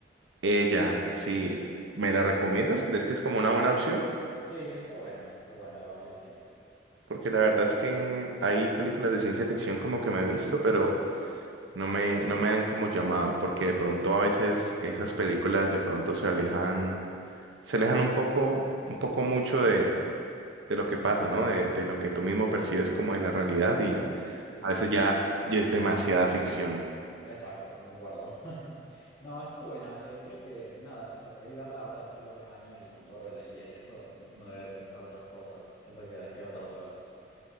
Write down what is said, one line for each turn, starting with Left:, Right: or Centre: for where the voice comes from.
Right: Ella, si me la recomiendas, ¿crees que es como una buena opción?
Left: Sí, está buena, está buena, la verdad que sí.
Right: Porque la verdad es que hay películas de ciencia ficción como que me he visto, pero... No me, no me han como llamado, porque de pronto a veces esas películas de pronto se alejan, se alejan un poco, un poco mucho de, de lo que pasa, ¿no? De, de lo que tú mismo percibes como en la realidad y
Left: Sí, sí,
Right: a
Left: sí.
Right: veces ya, ya es demasiada ficción.
Left: Exacto, concuerdo. <laughs> No, está buena. Eh, creo que nada, o sea, por ahí verla ahora después de varios años y con todo lo de la guía y eso, uno debe pensar otras cosas. Siento que despierta otros,